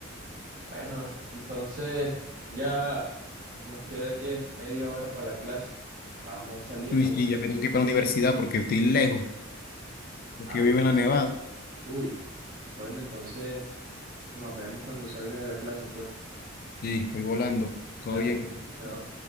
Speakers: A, on the right; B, on the left.
A: Bueno, entonces ya nos queda que media hora para la clase. Vamos saliendo.
B: Tú y sí, ya me tengo que ir para la universidad porque estoy
A: Sí.
B: lejos, porque
A: Ah,
B: yo
A: bueno.
B: vivo en la Nevada.
A: Uy. Bueno, entonces nos vemos cuando salga de la clase, pues.
B: Sí, voy volando. Todo
A: Dale,
B: bien.
A: chao.